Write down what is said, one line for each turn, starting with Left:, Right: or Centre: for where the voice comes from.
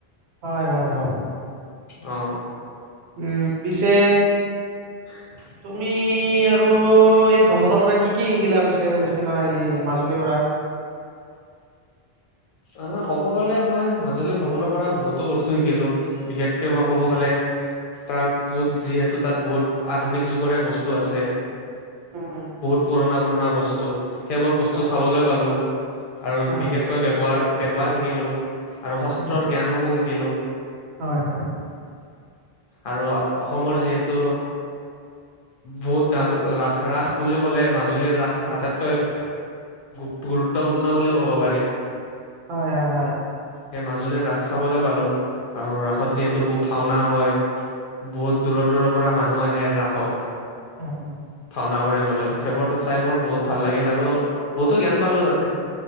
Right: হয় হয় হয়।
Left: অ।
Right: উম পিছে
Left: <inaudible>
Right: তুমি আৰু এই ভ্ৰমণৰ পৰা কি কি শিকিলা পিছে হেৰি মাজুলীৰ পৰা?
Left: অ ক'ব গ'লে মই মাজুলী ভ্ৰমণৰ পৰা বহুতো বস্তু শিকিলো বিশেষ কে মই ক'ব
Right: উম,
Left: গ'লে তাৰ বহুত যিহেতু তাত বহুত আধুনিক যুগৰে বস্তু আছে।
Right: উম উম।
Left: বহুত পুৰণা পুৰণা বস্তু সেইবোৰ
Right: উম।
Left: বস্তু চাবলৈ পালো আৰু
Right: হয়,
Left: বিশেষকৈ ব্যব হাৰ ব্যবহাৰ শিকিলো আৰু শস্ত্ৰৰ
Right: উম,
Left: জ্ঞানসমূহ শিকিলো।
Right: হয়, হয়।
Left: আৰু অসমৰ যিহেতু বহুত ডাঠ ৰাস ৰাস বুলি ক'লে মাজুলীৰ ৰাস আটাইতকৈ গু গুৰুত্বপূৰ্ণ বুলি ক'ব পাৰি।
Right: হয় হয় হয়।
Left: সেই মাজুলীৰ ৰাস চাবলৈ পালো আৰু ৰাসত যিহেতু ভাওনা হয়। বহুত দূৰৰ-দূৰৰ পৰা মানুহ আহে ৰাসত।
Right: <unintelligible>
Left: ভাওনা কৰিবলৈ সেইবোৰ চাই মোৰ বহুত ভাল লাগিল আৰু বহুতো জ্ঞান পালো তাতে।